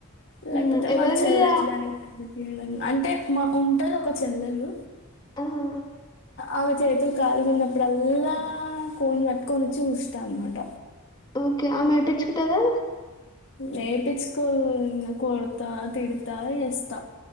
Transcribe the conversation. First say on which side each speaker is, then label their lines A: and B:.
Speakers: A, on the left; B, on the left.
A: లేకపోతే
B: ఉమ్, ఎవరి
A: మా చెల్లటిలాని
B: మీద
A: బ తీయాల అంటే మా ఉంటారు ఒక చెల్లెలు
B: ఆహా,
A: అవు చేతులు కాలీగు ఉన్నప్పుడల్లా కోని పెట్టుకొని వచ్చి చస్తా అనమాట
B: ఓకే ఆమె పెచ్చుకుంటందా
A: లేేపించుకో కొడతా తిడుతా వేస్తా